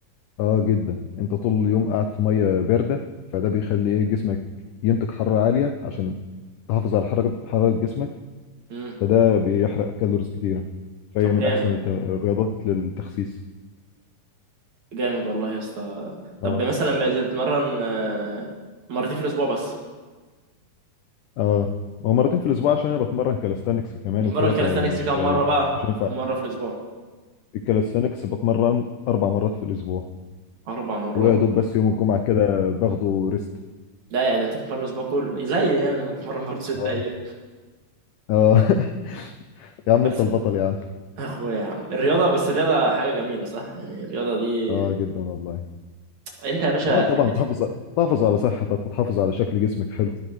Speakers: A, on the left; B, on the right.
A: اه جدا انت طول اليوم قاعد في ميه بارده فده بيخلي ايه جسمك ينتج حراره عاليه عشان تحافظ على حركه حراره جسمك
B: امم
A: فده بيحرق كالوريز كتيره فهي
B: طب
A: من
B: جامد
A: احسن الت- الرياضات للتخسيس
B: جامد والله يا اسطى طب
A: اه
B: مثلا بتتمرن آه، مرتين في الأسبوع بس
A: اه هو مرتين في الاسبوع عشان انا بتمرن كالستانكس كمان
B: بتتمرن
A: وكده
B: كاليستانكس
A: فمش
B: كم مرة بقى
A: مش هينفع
B: كم مرة في الأسبوع
A: الكالستانكس بتمرن اربع مرات في الاسبوع
B: أربع مرات
A: ويا دوب بس يوم الجمعه كده باخده ريست
B: لا يعني أنت بتتمرن الأسبوع كله زي يعني أنا بتمرن برضه ست
A: اه
B: أيام
A: اه <laughs> يا عم
B: بس
A: انت البطل يا عم
B: اخويا يا عم الرياضه بس الرياضه حاجه جميله صح يعني الرياضه دي
A: اه جدا والله
B: انت يا باشا
A: اه طبعا
B: بت-
A: تحافظ تحافظ على صحتك وتحافظ على شكل جسمك حلو